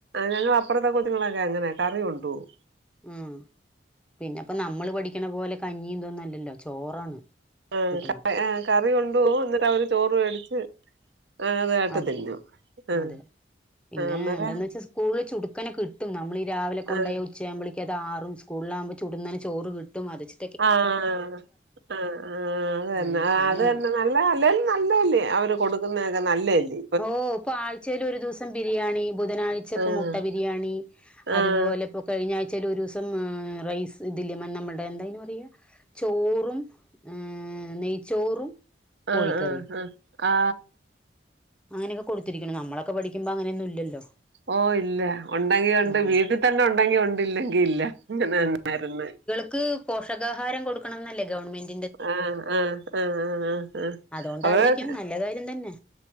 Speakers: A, on the right; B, in the centre.
A: ഞങ്ങൾ അപ്പുറത്തെ കുഞ്ഞുങ്ങളൊക്കെ അങ്ങനെ കറി കൊണ്ടുപോവും
B: ഉം പിന്നെപ്പോ നമ്മള് പഠിക്കണ പോലെ കഞ്ഞി ഇന്തോന്നും അല്ലല്ലോ ചോറാണ്
A: ആഹ്
B: കിട്ടണ
A: ആഹ് കറി കൊണ്ട് പോവും എന്നിട്ട് അവര് ചോറ് മേടിച്ച് ആ അത് ആട്ട്
B: അതെ
A: തിന്നു ആഹ്
B: അതെ പിന്നെ
A: അന്നേരം
B: എന്താന്ന് വെച്ചാൽ സ്കൂളിൽ ചുടുക്കനെ കിട്ടും നമ്മൾ ഈ രാവിലെ കൊണ്ടോയ
A: ആഹ്
B: ഉച്ച ആക്പോളേക്ക് അത് ആറും സ്കൂളിലാവുമ്പോൾ ചുടുന്നന്നെ ചോറ് കിട്ടും മതിച്ച്
A: ആഹ് ആഹ് ആഹ്
B: ഉം
A: ആ
B: അയിന്
A: അത് തന്നെ അത് തന്നെ ന നല്ല അല്ല നല്ലല്ലേ അവര് കൊടുക്കുന്നതൊക്കെ നല്ലല്
B: ഓ ഇപ്പൊ ആഴ്ചൽ ഒരു ദിവസം ബിരിയാണി ബുധനാഴ്ചപ്പ
A: ആഹ്
B: മുട്ട ബിരിയാണി
A: ആഹ്
B: അതുപോലെ ഇപ്പോ കഴിഞ്ഞ ആഴ്ചൽ ഒരു ദിവസം റൈസ് ഇതില്ല നമ്മളുടെ എന്താന്ന് പറയാ ചോറും ആഹ് നെയ്ച്ചോറും കോഴിക്കറിയും
A: ആഹ് ആഹ് ആഹ് ആ
B: അങ്ങനെയൊക്ക കൊടുത്തിരിക്കുന്നു നമ്മളൊക്ക പഠിക്കുമ്പോ അങ്ങനൊന്നും ഇല്ലല്ലോ
A: ഓ ഇല്ല ഉണ്ടെങ്കി ഉണ്ട്
B: ഉം
A: വീട്ടിൽ തന്നെ ഉണ്ടെങ്കി ഉണ്ടല്ലെങ്കി ഇല്ല അങ്ങനെ തന്നായിരുന്ന്
B: ക്ക് പോഷകാഹാരം കൊടുക്കണം എന്നല്ലേ ഗവൺമെന്റ്
A: ആഹ് ആഹ് ആഹ് ആഹ് ആ ആഹ്
B: അതുകൊണ്ടായിരിക്കും
A: അതാ പറഞ്ഞ
B: നല്ല കാര്യം തന്നെ